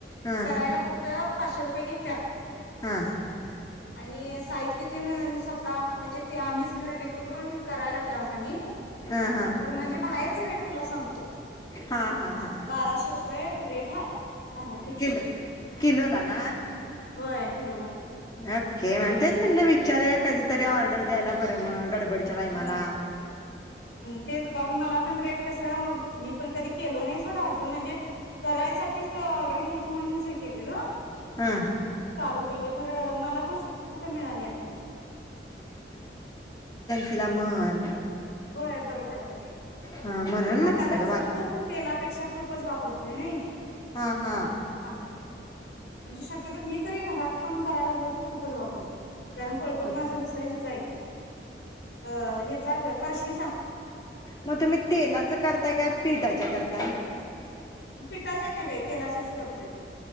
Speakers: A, on the left; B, on the left.
A: हा
B: करायला फक्त. पाचशे रुपये घेत्यात.
A: हा.
B: आणि साहित्य तेन स्वतः म्हणजे, ते आम्हीच खरेदी करून, करायला लागलाव कणी.
A: हा हा
B: तर म्हणजे बाहेरच रेट तुला सांगतो.
A: हा हा हा
B: बाराशे रुपये रेट हाय बाहेर फिक्स
A: किलो किलोला ना
B: होय किलोला
A: ओके
B: बरो
A: मण तेच म्हणला विचारे कधीतरी ऑर्डर द्यायला बर मग पुढच्या टायमाला
B: हम्म हम्म तेच कारण मला पण रेट कस मी पण कधी केलो नाही सोडा अजून म्हणजे करायसाठीच ऑर्डर घ्यायची म्हणूनच केलंल
A: हा
B: चालू केलोय खर मला पण सुटी कुठ मिळाली.
A: तिला मर
B: होय बरं पडतंय
A: हा म्हणून
B: आणि
A: म्हंटलं
B: त्यात कस
A: ग बाकी
B: तूप तेलापेक्षा तूपच वापरतोय नाही
A: हा हा
B: आम्ही म्हणजे शक्यतो मी तरी घरात पण करायला लागलो तर तूपच वापरते. कारण पळपोट
A: अच्छा
B: माझं कसं हेच आहे. अ हेचा ग परशीचा
A: मग तुम्ही तेलाच करताय काय पिठाच्या करताय
B: पिठाच्या नाही बाई तेलाच्याच करतोय